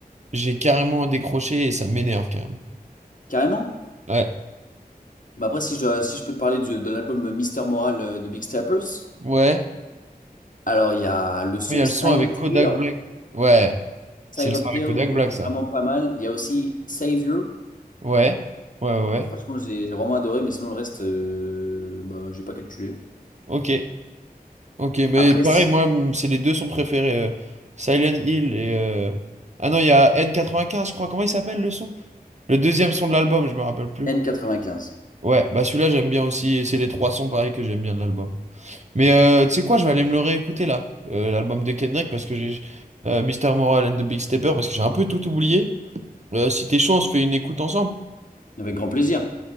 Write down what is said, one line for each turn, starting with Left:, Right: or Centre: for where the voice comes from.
Right: j'ai carrément décroché et ça m'énerve carrément.
Left: Carrément.
Right: Ouais,
Left: Bah après, si je dois- si je peux te parler du- de l'album Mister Moral euh, de Big Steppers,
Right: ouais.
Left: alors il y a le son
Right: Il y a
Left: Silent
Right: le son avec Kodak
Left: Hill.
Right: Black. Ouais,
Left: Silent
Right: c'est le son avec
Left: Hill,
Right: Kodak
Left: v-
Right: Black,
Left: vraiment
Right: ça.
Left: pas mal. Il y a aussi Savior.
Right: Ouais, ouais, ouais. ouais.
Left: Franchement, j'ai j'ai vraiment adoré, mais sinon le reste, euh, bah, j'ai pas calculé.
Right: Ok. Ok, mais
Left: Après,
Right: pareil,
Left: si-
Right: moi, m- c'est les deux sont préférés. euh, Silent Hill et... euh, Ah non, il y a N95, je crois. Comment il s'appelle le son? Le deuxième son de l'album, je me rappelle plus.
Left: N95.
Right: Ouais, bah celui-là, j'aime bien aussi. Et c'est les trois sons, pareil, que j'aime bien de l'album. Mais euh, tu sais quoi, je vais aller me le réécouter, là. euh, l'album de Kendrick, parce que j'ai... euh, Mister Moral and the Big Stepper, parce que j'ai un peu tout oublié. Euh, si t'es chaud, on se fait une écoute ensemble.
Left: Avec grand plaisir.